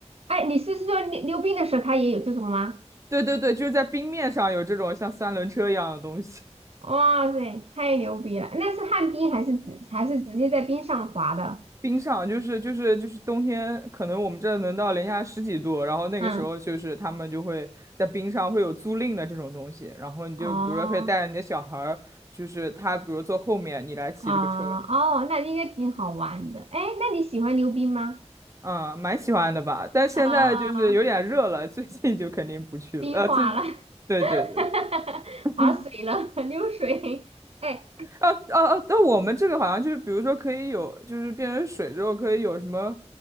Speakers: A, on the right; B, on the right.
A: 哎，你是说溜溜冰的时候他也有这种吗？
B: 对对对，就是在冰面上有这种像三轮车一样的东西。
A: 哇塞，太牛逼了！那是旱冰还是直还是直接在冰上滑的？
B: 冰上就是就是就是冬天，可能我们这能到零下十几度，然后那个时候就是他们就会在冰上会有租赁的这种东西，
A: 嗯，
B: 然后你就比如说可以带着你的小孩儿，
A: 哦
B: 就是他比如坐后面，你来骑这个车，
A: 啊哦，那应该挺好玩的。哎，那你喜欢溜冰吗？
B: 嗯，蛮喜欢的吧？但现在就是有点热了，
A: 啊，
B: 最近就肯定不去了，
A: 冰化了，
B: 呃，最。对对对，
A: <laughs>
B: 嗯，
A: 滑水了，<laughs> 溜水。哎，
B: 啊啊啊！但我们这个好像就是，比如说可以有，就是变成水之后可以有什么，